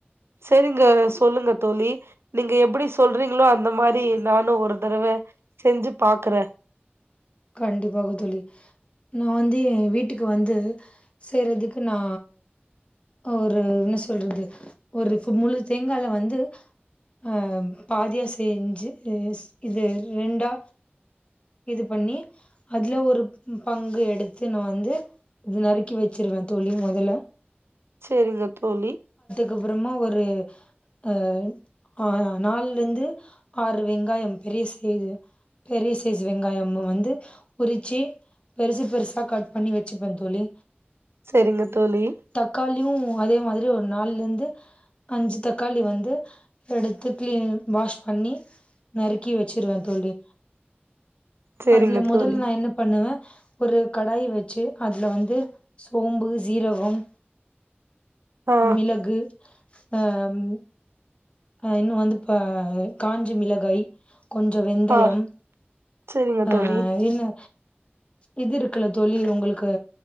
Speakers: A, on the right; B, on the left.
A: செரிங்க சொல்லுங்க தோழி நீங்க எப்டி சொல்றீங்ளோ அந்த மாரி நானும் ஒரு தரவ செஞ்சுப் பாக்குற
B: கண்டிப்பாகத் தோழி நா வந்து என் வீட்டுக்கு வந்து செய்றதுக்கு நா ஒரு என்ன சொல்றது ஒரு கு முழு தேங்கால வந்து அ பாதியா செஞ்சு <inaudible> இது ரெண்டா இது பண்ணி அதுல ஒரு பங்கு எடுத்து நா வந்து இது நறுக்கி வெச்சிருவ தோழி மொதல்ல
A: சேரிங்க தோழி
B: கப்றமா ஒரு அ ஆ நால்லிந்து ஆறு வெங்காயம் பெரிய செய்து பெரிய சைஸ் வெங்காயம்மு வந்து உரிச்சி பெருசு பெருசா கட் பண்ணி வைச் சுப்பே தோழி
A: செரிங்க தோழி
B: தக்காளியும் அதே மாதிரி ஒரு நால்லிந்து அஞ்சு தக்காளி வந்து, எடுத்து கிளீன் வாஷ் பண்ணி நறுக்கி வெச்சிருவ தோழி.
A: செரிங்க
B: அதுல மொதல்
A: தோழி
B: நா என்ன பண்ணுவ ஒரு கடாய் வெச்சு அதுல வந்து சோம்பு, சீரகம்
A: ஆ
B: மிளகு, ஆஹ்ம் அஹ் இன்னு வந்துப்ப காஞ்ச மிளகாய். கொஞ்சோ வெந்தயம்
A: ஆ செரிங்க
B: அஹ்
A: தோழி
B: இன்னு இது இருக்குல்ல தோழி, உங்கள்க்கு